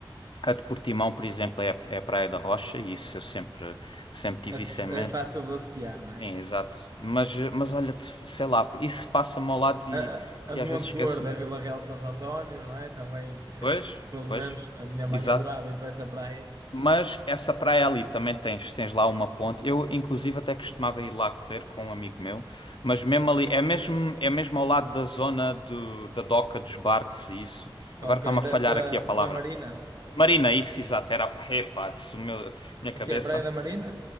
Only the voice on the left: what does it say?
a de Portimão, por exemplo, é, é a Praia da Rocha e isso eu sempre, sempre tive
isso em mente.
Sim, exato. Mas, mas olha, sei lá, isso passa-me ao lado e,
e
às
vezes
esqueço-me.
Pois,
pois,
exato.
Mas essa praia ali também tens, tens lá uma ponte. Eu, inclusive, até costumava ir lá correr com um amigo meu, mas mesmo ali, é mesmo, é mesmo ao lado da zona do, da doca dos barcos e isso. Agora
está-me a falhar
aqui a palavra.
Marina, isso, exato, era. Epá, isso, meu, minha cabeça.